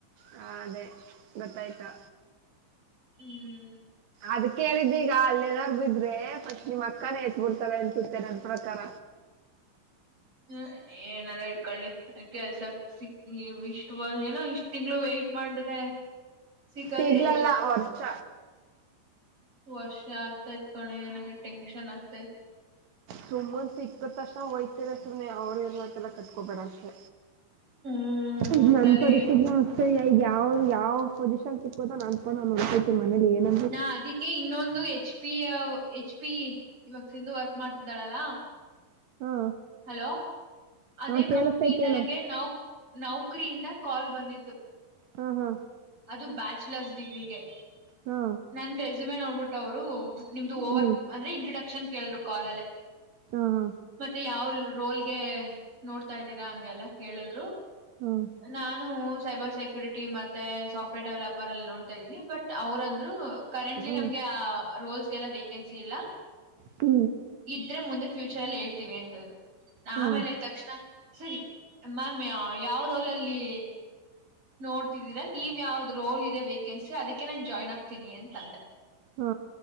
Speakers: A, on the right; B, on the right.
A: ಹ ಅದೇ ಗೊತ್ತಾಯ್ತಾ
B: ಹ್ಮ್
A: ಅದಕ್ಕೆ ಹೇಳಿದ್ದೀಗ ಅಲ್ಲೇನಾದಾರು ಬಿದ್ರೆ ಪಸ್ಟ್ ನಿಮ್ ಅಕ್ಕಾನ ಎತ್ಬಿಡ್ತಾರೆ ಅನ್ಸುತ್ತೆ ನನ್ ಪ್ರಕಾರ
B: ಹ್ಮ ಏನಾರ ಇಟ್ಕೊಳ್ಳಿ ಕೆಲ್ಸಕ್ ಸಿಕ್ಕಿ ಇಷ್ಟು ಏನ ಇಷ್ಟ್ ತಿಂಗಳು ವೇಟ್ ಮಾಡದೆ ಸಿಗದೇ
A: ಸಿಗ್ಲಲ್ಲ
B: ಹೆಚ್ಚು
A: ವರ್ಷ
B: ವರ್ಷ ಆಗತೈತ್ ಕಣೆ ನನಗೆ ಟೆನ್ಶನ್ ಆಗ್ತೈತ್
A: ಸುಮ್ಮುನ್ ಸಿಕ್ಕದ ತಕ್ಷಣ ಹೋಯ್ತರಿದ ಸುಮ್ನೆ ಅವರ ಇವರ ಮಾತೆಲ್ಲ ಕಟ್ಕೊಬೇಡ ಅಷ್ಟೆ
B: ಹ್ಮ್
A: ಈಗ
B: ಒಟ್ಟಲ್ಲಿ
A: ನನ್ ಪರಿಸ್ಥಿತಿ <unintelligible> ಸರಿ ಈಗ ಯಾವ್ದ ಯಾವ ಪೊಸಿಷನ್ ಸಿಕ್ಕದರು ನನ್ನ ಪಾಡಿಗ ನಾನು ಹೊಂಟಯ್ತೀನಿ ಮನೇಲಿ ಏನು
B: ನಾ ಅದಿಕ್ಕೆ ಇನ್ನೊಂದು ಹೆಚ್ ಪಿ ಹೆಚ್ ಪಿ ಇವಾಗ ಸಿಂಧೂ ವರ್ಕ್ ಮಾಡ್ತಿದ್ದಾಳಲ್ಲಾ
A: ಹಾ
B: ಹಲೋ ಅದೇ
A: ಹಾ ಕೇಳಿಸತೈತ್
B: ಕಂಪ್ನಿಯಿಂದ
A: ಹೇಳು
B: ನಂಗೆ ನೌ ನೌಕರಿಯಿಂದ ಕಾಲ್ ಬಂದಿತ್ತು
A: ಹಾ ಹಾ
B: ಅದು ಬ್ಯಾಚುಲರ್ಸ್ ಡಿಗ್ರಿಗೆ
A: ಹಾ
B: ನನ್ ರೆಸುಮೆ ನೋಡ್ಬಿಟ್ಟ ಅವ್ರು ನಿಮ್ದು ಓವರ್
A: ಹ್ಮ್
B: ಅಂದ್ರೆ ಇಂಟ್ರೊಡಕ್ಷನ್ ಕೇಳಿದ್ರು ಕಾಲ್ ಲ್ಲಿ
A: ಹಾ ಹಾ
B: ಮತ್ತೆ ಯಾವ್ ರೋಲ್ಗೆ ನೋಡ್ತಾ ಇದ್ದೀರಾ ಹಂಗೆಲ್ಲಾ ಕೇಳಿದ್ರು
A: ಹಾ
B: ನಾನು ಸೈಬರ್ ಸೆಕ್ಯೂರಿಟಿ ಟಿ ಮತ್ತೆ ಸಾಫ್ಟ್ವೇರ್ ಡೆವಲಪರ್ ಅಲ್ಲಿ ನೋಡ್ತಾ ಇದೀನಿ ಬಟ್ ಅವ್ರ ಅಂದ್ರರು ಹ್ಮ್ ಕರೆಂಟ್ಲಿ
A: ಹ್ಮ್
B: ನಮ್ಗೆ ಆ ರೋಲ್ಸ್ ಗೆಲ್ಲ ವೇಕೆನ್ಸಿ ಇಲ್ಲ
A: ಹ್ಮ್
B: ಇದ್ರೆ ಮುಂದೆ ಫ್ಯೂಚರ್ ಅಲ್ಲಿ ಹೇಳ್ತೀವಿ ಅಂದರು
A: ಹಾಂ
B: ಆಮೇಲೆ ತಕ್ಷಣ ಸರಿ ಮ್ಯಾಮ್ ಯಾವ ರೋಲಲ್ಲಿ ನೋಡ್ತಿದ್ದೀರ ನೀವ ಯಾವ್ದ ರೋಲ್ ಇದೆ ವೇಕೆನ್ಸಿ ಅದಕ್ಕೆ ನೆ ಜಾಯ್ನ್ ಆಗ್ತೀನಿ ಅಂತಂದೆ
A: ಹಾ